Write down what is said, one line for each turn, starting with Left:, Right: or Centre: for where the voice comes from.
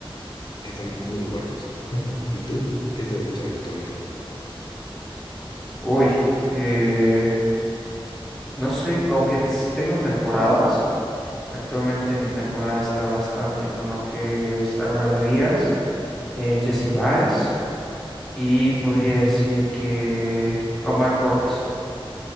Left: que están muy buenos. ¿Y tú? ¿Qué estás escuchando actualmente?
Centre: Uy, eh, no sé, como que s- tengo temporadas. Actualmente mi temporada está bastante con lo que es Álvaro Díaz, eh, Jesse
Left: Ujú,
Centre: Baez y podría
Left: ujú.
Centre: decir que Omar Courtz.